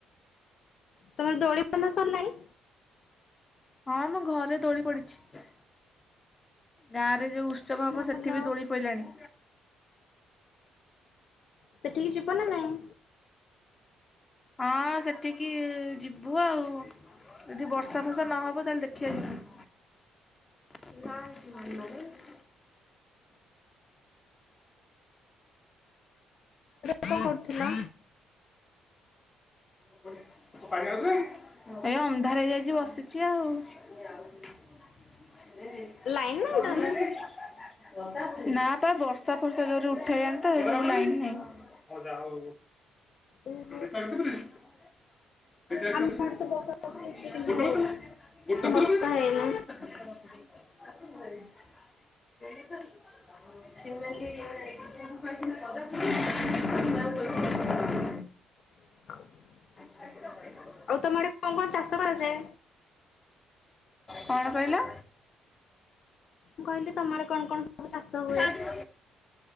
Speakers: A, on the left; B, on the left.
A: ତମର ଦୋଳି ବନ୍ଧା ସରିଲାଣି?
B: ହଁ ମ ଘରେ ଦୋଳି ପଡିଛି। ଗାଁରେ ଯୋଉ ଉତ୍ସବ ହବ
A: ଭଲ
B: ସେଠି ବି ଦୋଳି ପଇଲାଣି।
A: ସେଠିକି ଯିବ ନା ନାଇଁ?
B: ହଁ ସେଠିକି ଯିବୁ ଆଉ। ଯଦି ବର୍ଷା ଫର୍ଷା ନହବ ତାହେଲେ ଦେଖିଆ ଜିବୁ। <inaudible>
A: <inaudible> କରୁଥିଲା?
B: <unintelligible> ଏ ଅନ୍ଧାରେ ଯାଇଛି ବସିଛି ଆଉ। <unintelligible>
A: ଲାଇନ ନାହିଁ ତାହେଲେ
B: ନା ପା ବର୍ଷା ଫର୍ଷା ଯୋରେ ଉଠେଇାଣି ତ <inaudible> ଲାଇନ୍ ନାହିଁ। ମଜା ହଉ
A: ଓହୋ
B: <unintelligible> <inaudible>
A: ଆମ ଆଡେ ତ ବର୍ଷା ପକେଇଛି କିନ୍ତୁ
B: <unintelligible>
A: ବର୍ଷା ହେଇନି
B: <inaudible> <unintelligible>
A: <inaudible>
B: <inaudible>
A: ଆଉ ତମଆଡେ କଣ କଣ ଚାଷ କରାଯାଏ?
B: କଣ କହିଲ?
A: ମୁଁ କହିଲି ତମ ଆଡେ କଣ କଣ ସବୁ ଚାଷ ହୁଏ
B: <inaudible>